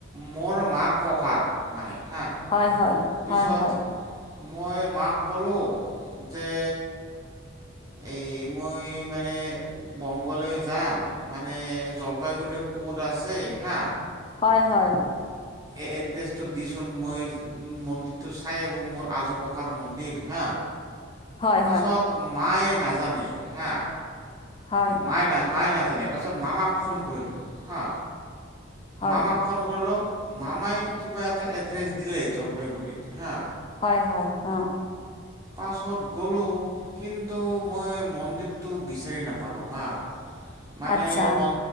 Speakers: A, on the right; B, on the left.
A: মোৰ মাৰ ককা মানে হা,
B: হয় হয়।
A: পিছত
B: হয় হয়
A: মই মাক কলো যে, এই মই মানে, বংগলৈ যাম মানে জলপাইগুৰি ক'ত আছে হা,
B: হয় হয়।
A: এড্ৰেছটো দিচোন মই মন্দিৰটো চাই আহো মোৰ আজো ককাৰ মন্দিৰ হা,
B: হয়
A: পাছত মায়ে নাজানে হা,
B: হয় হয়
A: মায়ে না মায়ে নাজানে পাছত মামাক ফোন কৰিলোঁ হা,
B: হয়
A: মামাক
B: হয়
A: ফোন কৰিলো মামাই কিবা এটা এড্ৰেছ দিলে জলপাইগুৰিত হা
B: হয় হয়, অ'।
A: পাছত গ'লোঁ কিন্তু মই মন্দিৰটো বিচাৰি নাপা পালোঁ হা, মানে
B: আচ্ছা
A: মন